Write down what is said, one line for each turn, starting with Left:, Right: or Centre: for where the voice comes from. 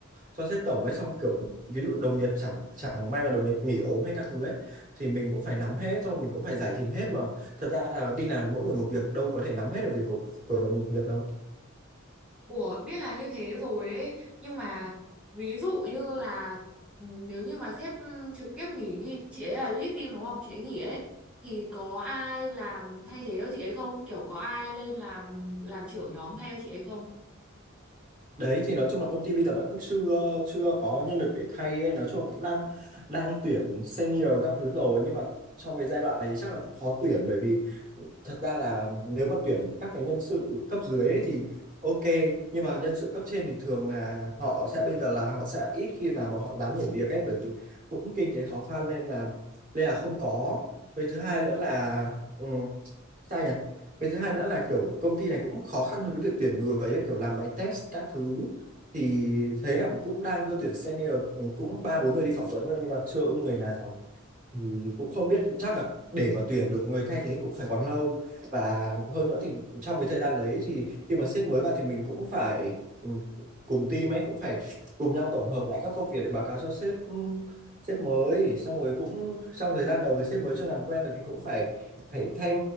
Right: cho sếp tổng ấy xong kiểu ví dụ đồng nghiệp chẳng chẳng may mà đồng nghiệp nghỉ ốm hay các thứ ấy thì mình cũng phải nắm hết thôi mình cũng phải giải trình hết mà thật ra là đi làm thì mỗi người một việc đâu có thể nắm hết được việc của, của đồng nghiệp đâu
Centre: Ủa, biết là như thế rồi ấy, nhưng mà ví dụ như là ừ, nếu như mà sếp ừ, trực tiếp nghỉ đi, chị ấy là lead team đúng không? Chị ấy nghỉ ấy thì có ai làm thay thế cho chị ấy không? Kiểu có ai lên làm làm trưởng nhóm thay cho chị ấy không?
Right: đấy thì nói chung là công ty bây giờ vẫn chưa chưa có nhân lực để thay ấy. nói chung là cũng đang đang tuyển senior các thứ rồi nhưng mà trong cái giai đoạn này chắc là cũng khó tuyển bởi vì thật ra là nếu mà tuyển các cái nhân sự cấp dưới ấy thì ok nhưng mà nhân sự cấp trên thì thường là họ sẽ bây giờ là họ sẽ ít khi nào mà họ dám nhảy việc ấy bởi vì cũng kinh tế khó khăn nên là nên là không có với thứ hai nữa là ừ, sao nhỉ cái thứ hai nữa là kiểu công ty này cũng khó khăn trong cái việc tuyển người ấy, kiểu làm bài test các thứ thì thấy là cũng đang cơ tuyển senior ừ, cũng ba bốn người đi phỏng vấn rồi nhưng mà chưa ưng người nào Ừ, cũng không biết chắc là để mà tuyển được người thay thế cũng phải còn lâu và hơn nữa thì trong cái thời gian đấy thì khi mà sếp mới vào thì mình cũng phải ừ, cùng team ấy cũng phải cùng nhau tổng hợp lại các công việc để báo cáo cho sếp ừ, sếp mới xong rồi cũng trong thời gian đầu thì sếp mới chưa làm quen được thì cũng phải phải thay